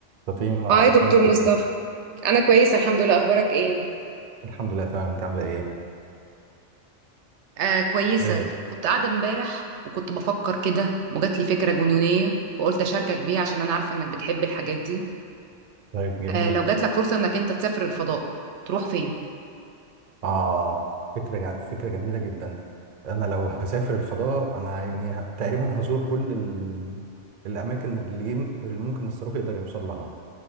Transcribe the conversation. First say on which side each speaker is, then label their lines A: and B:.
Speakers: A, on the right; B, on the right.
A: فاطمة
B: هاي
A: أخبارك
B: دكتور مصطفى
A: إيه؟
B: انا كويسه الحمد لله اخبارك ايه
A: الحمد لله تمام أنت عاملة إيه؟
B: آه كويسة
A: آه،
B: كنت قاعدة امبارح وكنت بفكر كده وجات لي فكرة جنونية فقلت أشاركك بيها عشان أنا عارفة إنك بتحب الحاجات دي
A: طيب جميل
B: آه لو جات لك فرصة إنك أنت تسافر الفضاء تروح فين؟
A: آه فكرة جا... فكرة جميلة جدا أنا لو هسافر الفضاء أنا يعني ه... تقريبا هزور كل ال... الأماكن اللي, يم... اللي ممكن الصاروخ يقدر يوصل لها